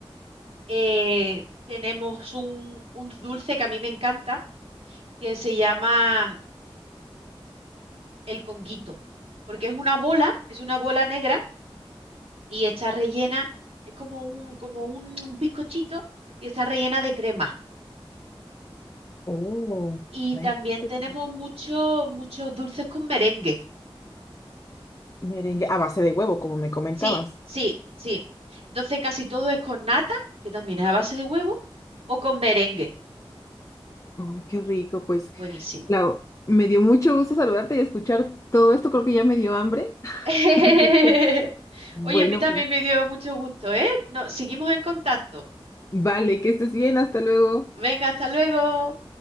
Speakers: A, on the right; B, on the left.
A: Eh, tenemos un, un dulce que a mí me encanta, que se llama el conguito, porque es una bola, es una bola negra y está rellena, es como un, como un, un bizcochito y está rellena de crema.
B: Oh,
A: Y
B: bueno,
A: también
B: entonces,
A: tenemos muchos muchos dulces con merengue.
B: merengue a base de huevo, como me comentabas.
A: Sí, sí, sí. Entonces casi todo es con nata, que también es a base de huevo, o con merengue.
B: Ay, qué rico, pues,
A: Buenísimo.
B: Lau, me dio mucho gusto saludarte y escuchar todo esto, creo que ya me dio hambre. <laughs>
A: <laughs>
B: Bueno,
A: Oye, a mí también
B: pues,
A: me dio mucho gusto, ¿eh? No, seguimos en contacto.
B: vale, que estés bien, hasta luego.
A: Venga, hasta luego.